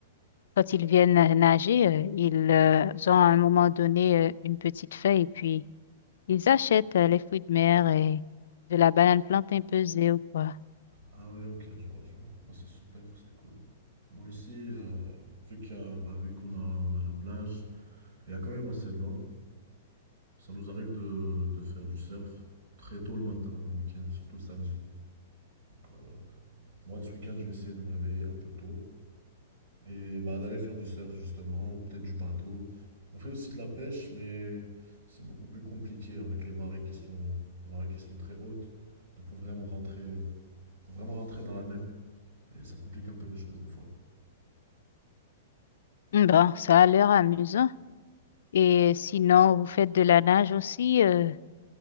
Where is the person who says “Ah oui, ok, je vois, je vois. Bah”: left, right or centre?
Right